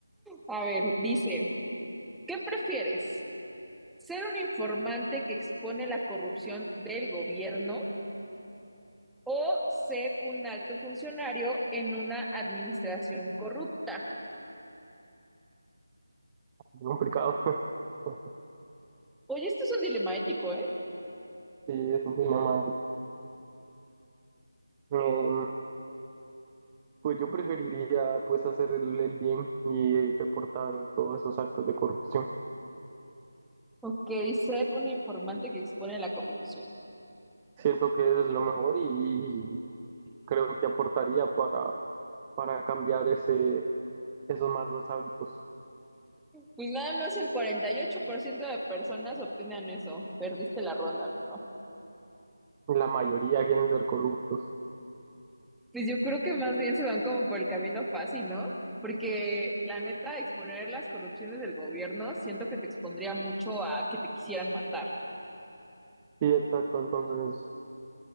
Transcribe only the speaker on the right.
es Complicado. <laughs>
Sí, es un dilema. Eh, pues yo preferiría pues hacer el, el bien y reportar todos esos actos de corrupción.
Siento que es lo mejor y, creo que aportaría para, para cambiar ese, esos malos hábitos.
La mayoría quieren ser corruptos.
Sí, exacto. Entonces,